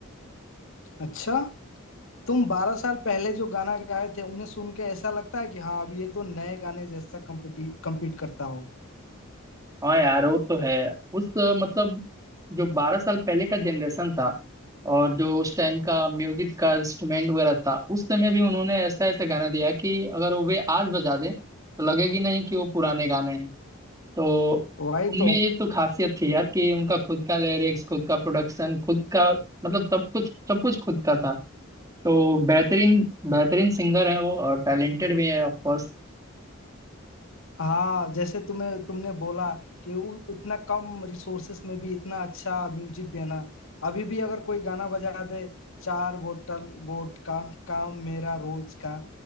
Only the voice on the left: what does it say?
अच्छा तुम बारह साल पहले जो गाना गाए थे उन्हें सुन के ऐसा लगता है कि हाँ अब ये तो नए गाने जैसा कम्पिटी कम्पीट करता हो
वही
तो
हाँ जैसे तुम्हें तुमने बोला कि उ, उतना कम रिसोर्सेस में भी इतना अच्छा म्यूजिक देना अभी भी अगर कोई गाना बजा दे चार बोतल वोट का काम मेरा रोज का